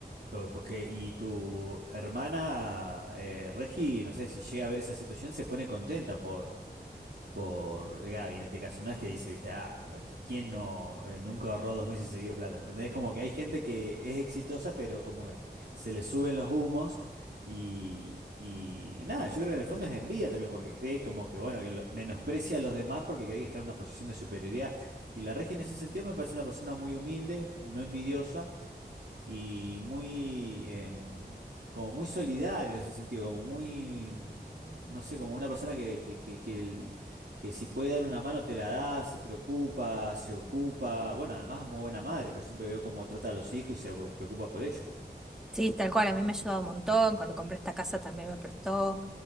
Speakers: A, on the right; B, in the centre.
A: lo que- porque, y tu hermana eh, Regi, no sé, si llega a ver esa situación, se pone contenta por por Gaby en este caso. No es que dice, viste, ah, pero qui- ¿quién no eh, nunca ahorró dos meses seguido plata? ¿Entendés? Como que hay gente que es exitosa, pero como que se le suben los humos. Y, y nada, yo creo que en el fondo es envidia también, porque cree como que, bueno, que lo- menosprecia a los demás porque cree que está en una posición de superioridad. Y la Regi en ese sentido me parece una persona muy humilde, no envidiosa y muy, em, como muy solidario en ese sentido, como muy, mm, no sé, como una persona que, que, que, que, el- que si puede dar una mano te la da, se preocupa, se ocupa. Bueno, además muy buena madre, pues siempre veo cómo trata a los hijos y se preocupa por ellos.
B: Sí, tal cual, a mí me ha ayudado un montón. Cuando compré esta casa también me prestó.